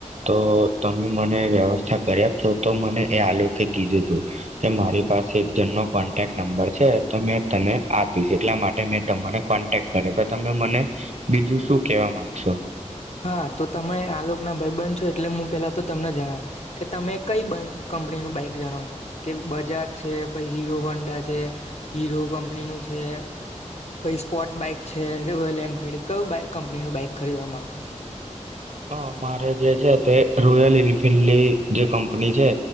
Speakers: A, on the right; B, on the left.
A: તો તમે મને વ્યવસ્થા કરી આપશો. તો મને એ આ લોક કીધું તું કે મારી પાસે એક જણનો કોન્ટેક નંબર છે, તો મેં તને આપીશ એટલા માટે મેં તમને કોન્ટેક કર્યો. તો તમે મને બીજું શું કેવા માંગશો?
B: હા તો તમે આ લોક ના ભાઈબન છો એટલે હું પેલા તો તમને જણાવ કે તમે કંઈ બ કંપનીનું બાઈક જણાવશો કે બજાજ છે, પહી હીરો હોંડા છે, હીરો કંપનીનું છે. પહી સ્પોર્ટ બાઈક છે, રોયલ એનફિલ્ડ કયું, બાઈક કંપનીનું બાઈક ખરીદવા માંગો?
A: હા મારે જે છે એ રોયલ એન્ફિલ્ડે જે કંપની છે